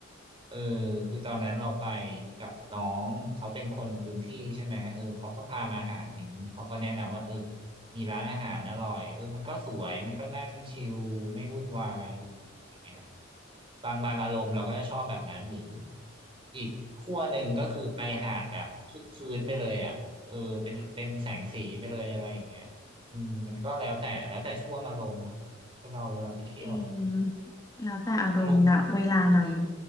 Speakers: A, on the right; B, on the left.
A: เออคือตอนนั้นเราไปกับน้องเขาเป็นคนพื้นที่ใช่ไหมเออเขาก็พามาหาดนี้เขาก็แนะนำว่าเออมีร้านอาหารอร่อยเออมันก็สวยมันก็นั่งชิลไม่วุ่นวายดีอะไรอย่างเงี้ยบางบางอารมณ์เราก็จะชอบแบบนั้นหรืออีกขั้วหนึ่งก็คือไปหาดแบบชื้นๆไปเลยอ่ะเออเป็นเป็นแสงสีไปเลยอะไรอย่างเงี้ยอืมมันก็แล้วแต่แล้วแต่ช่วงอารมณ์เนาะ คนเราเวลาไปเที่ยวอะ
B: จริงแล้วแต่อารมณ์นะเวลานั้น
A: อารมณ์อืม